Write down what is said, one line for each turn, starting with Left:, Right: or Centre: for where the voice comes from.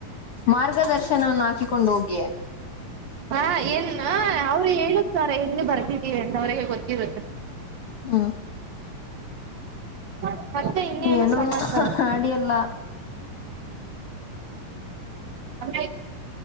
Left: ಮಾರ್ಗದರ್ಶನವನ್ನು ಹಾಕಿಕೊಂಡು ಹೋಗಿ
Right: ಹಾ ಏನ್ ಅವ್ರು ಹೇಳಕ್ತಾರ ಹೆಂಗ ಬರ್ತಿದೀವಿ ಅಂತ ಅವ್ರಿಗೆ ಗೊತ್ತಿರುತ್ತೆ
Left: ಹ್ಮ್
Right: ಮತ್ತ ಇನ್ನೇ
Left: ಏನೋ
Right: ನು ಸಮಾಚರ ಆದೆ
Left: ಮಾಡಿ ಅಲ್ಲ
Right: ಅ್ರ